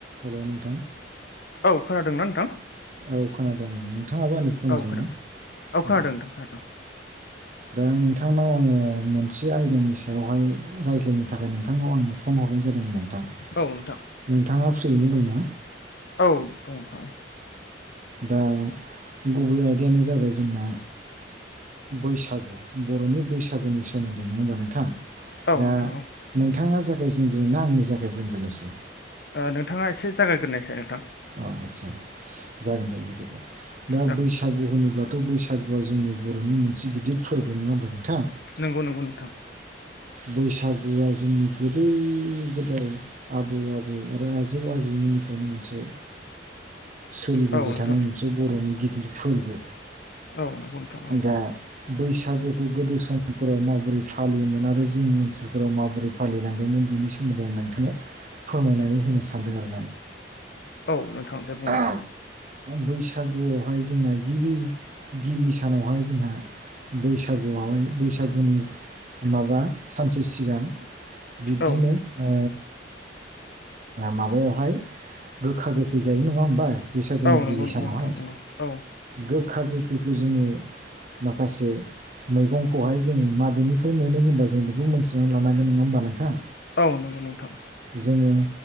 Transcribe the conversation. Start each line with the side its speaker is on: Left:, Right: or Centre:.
Right: हेल' नोंथां।
Left: औ खोनादोंना नोंथां?
Right: औ खोनादों नोंथाङाबो आंनि खोनादोंना
Left: औ खोनादों खोनादों
Right: औ
Left: नोंथां खोनादों
Right: दा नोंथांनाव आङो मोनसे आयदानि सायावहाय रायज्लायनो थाखाय नोंथांनाव आङो फन हरनाय जादोंमोन आरो।
Left: औ नोंथां
Right: नोंथाङा फ्रियैनो दंना?
Left: औ दङ।
Right: दा गुबै आयदायानो जाबाय जोंना। बैसागु बर'नि बैसागुनि सोमोन्दै नङ हबा नोंथां?
Left: औ
Right: दा
Left: नोंथां
Right: नोंथाङा जागायजेनग्रोनोना आंनि जागायजेनग्रोनोसै।
Left: नोंथाङा एसे जागायग्रोननायसै नोंथां।
Right: अ आस्सा जागोन दे बिदिब्ला दा
Left: जागोन
Right: बैसागु
Left: नोंथां
Right: होनोब्लाथ' बैसागु सागुवआ जोंनि बर'नि मोनसे गिदिर फोरबो नङाहोनबा नोंथां।
Left: नंगौ नंगौ नोंथां।
Right: बैसागुआ जोंनि गोदो गोदाय आबौ आबौ आरो आजौ आजौनि निफ्रायनो मोनसे सोलिबोबाय
Left: औ नोंथां
Right: थानाय मोनसे बर'नि गिदिर फोरबो।
Left: औ नंगौ नोंथां औ।
Right: दा बैसागुखौ गोदो समफोराव माबोरै फालियोमोन आरो जोंनि ओनसोलफोराव माबोरै फालिलांदोंमोन। बिनि सोमोन्दै आं नोंथांनो फोरमायनानै होनो सानदों आर
Left: औ नोंथां द
Right: औ। बैसागुआवहाय जोंना गिबि गिबि सानावहाय जोंहा बैसागुआवहाय बैसागुनि माबा सानसे सिगां। बिब्दिनो
Left: औ
Right: ओ माबायावहाय गोखा गोखै ज जायो नंङा होमबा बैसागुनि
Left: औ
Right: गिबि
Left: नंगौ नंगौ
Right: सानावहाय
Left: नोंथां नंगौ औ
Right: गोखा गोखैखौ जोंङो। माखासे। मैगंखौहाय जोंङो माबेनिफ्राय मोनो होनबा जों बेखौ मोनथिनानै लानांगोन नंङा होमबा नोंथां?
Left: औ नंगौ नोंथां।
Right: जोङो